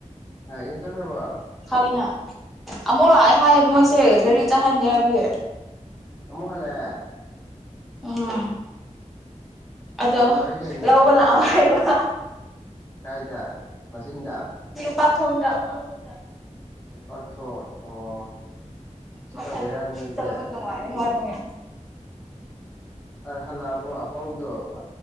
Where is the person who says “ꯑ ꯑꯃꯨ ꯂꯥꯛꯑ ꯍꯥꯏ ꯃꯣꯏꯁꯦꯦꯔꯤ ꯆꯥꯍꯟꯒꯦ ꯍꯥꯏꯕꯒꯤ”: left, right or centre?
Centre